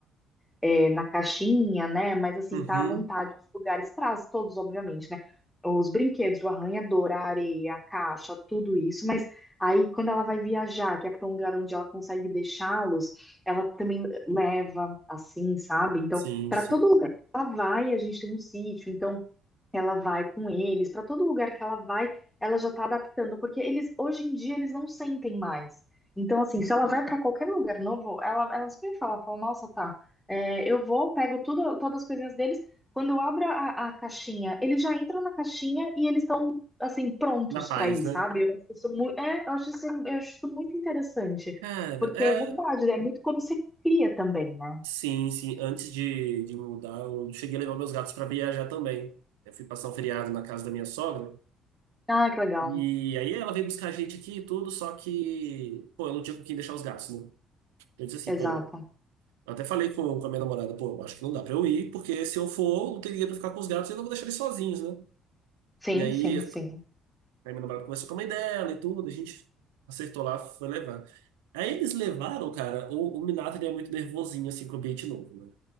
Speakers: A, in the centre; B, on the right.
A: é, na caixinha, né? Mas assim,
B: uhum.
A: tá à vontade os lugares, traz todos, obviamente, né? Os brinquedos, o arranhador, a areia, a caixa, tudo isso, mas aí quando ela vai viajar, que é para um lugar onde ela consegue deixá-los, ela também leva assim, sabe? Então,
B: Sim,
A: para
B: sim.
A: todo lugar que ela vai, a gente tem um sítio, então ela vai com eles, para todo lugar que ela vai, ela já tá adaptando, porque eles hoje em dia eles não sentem mais. Então, assim, se ela vai para qualquer lugar novo, ela, ela sempre fala, fala, nossa, tá, é, eu vou, pego tudo, todas as coisinhas deles. Quando eu abro a, a caixinha, eles já entram na caixinha e eles estão, assim, prontos
B: Na paz,
A: para ir,
B: né?
A: sabe? Eu acho isso muito, é, eu acho isso, eu acho isso muito interessante.
B: Cara,
A: Porque
B: é.
A: é verdade, é muito como você cria também, né?
B: Sim, sim. Antes de, de mudar, eu cheguei a levar meus gatos pra viajar também. Eu fui passar um feriado na casa da minha sogra.
A: Ah, que legal.
B: E aí ela veio buscar a gente aqui e tudo, só que, pô, eu não tinha com quem deixar os gatos, né? Eu disse assim,
A: Exato.
B: pô. Eu até falei com, com a minha namorada, pô, eu acho que não dá pra eu ir, porque se eu for, não teria pra ficar com os gatos e eu não vou deixar eles sozinhos, né?
A: Sim,
B: E aí
A: sim, sim.
B: Aí meu namorado conversou com a mãe dela e tudo, a gente acertou lá, foi levar. Aí eles levaram, cara, o, o Minato ele é muito nervosinho, assim, pro ambiente novo, né?